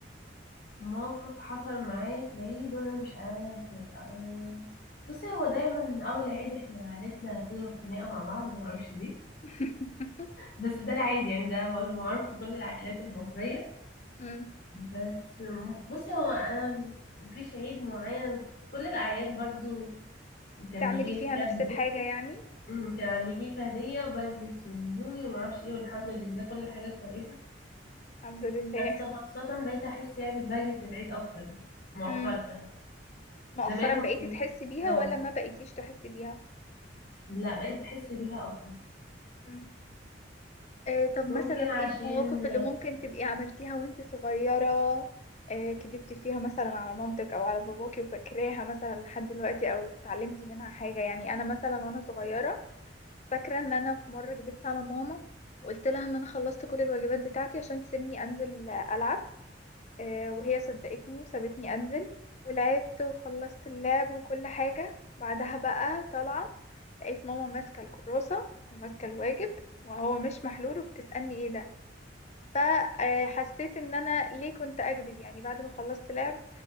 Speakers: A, on the left; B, on the left.
A: موقف حصل معايا في العيد وانا مش قادرة انساه آه، بصي هو دايما اول عيد احنا عيلتنا بتضرب خناقة مع بعض ما اعرفش ليه
B: <laughs>
A: بس ده العادي يعني ده معروف في كل العائلات المصرية
B: امم
A: بس بصي هو انا مفيش عيد معين كل الاعياد برضو كان
B: بتعملي
A: بيجي
B: فيها
A: لي فيها
B: نفس
A: هدية
B: الحاجة يعني
A: مم، كان بيجي لي فيها هدية وبلبس هدومي وما اعرفش ايه والحمد لله كل حاجة كويسة
B: الحمد لله
A: بس خاصة بقيت أحس يعني ببهجة العيد أكتر مؤخرا
B: امم مؤخرا
A: زمان ما
B: بقيتي
A: كنت
B: تحسي بيها
A: اه
B: ولا ما بقيتيش تحسي بيها
A: لا بقيت بحس بيها أكتر
B: أمم. آه طب مثلا
A: ممكن عشان
B: ايه المواقف اللي ممكن تبقي عملتيها وانتي صغيرة آه كدبتي فيها مثلا على مامتك او على باباكي وفاكراها مثلا لحد دلوقتي او اتعلمتي منها حاجة يعني انا مثلا وانا صغيرة فاكرة ان انا في مرة كدبت على ماما وقلت لها ان انا خلصت كل الواجبات بتاعتي عشان تسيبني انزل العب آه، وهي صدقتني وسابتني انزل ولعبت وخلصت اللعب وكل حاجة بعدها بقى طالعة لقيت ماما ماسكة الكراسة وماسكة الواجب وهو مش محلول وبتسألني ايه ده فحسيت ان انا ليه كنت اكذب يعني بعد ما خلصت لعب